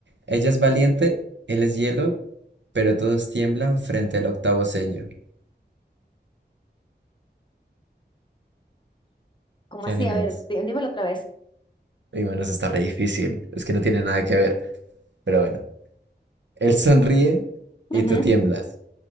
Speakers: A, on the right (about 80°); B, on the left (about 25°).
A: Ella es valiente, él es hielo, pero todos tiemblan frente al octavo sello.
B: ¿Cómo
A: ¿Qué
B: así?
A: anime
B: A ver,
A: es?
B: dí- dímelo otra vez.
A: Y bueno, eso está re difícil, es que no tiene nada que ver, pero bueno. Él sonríe
B: Ujú,
A: y tú tiemblas.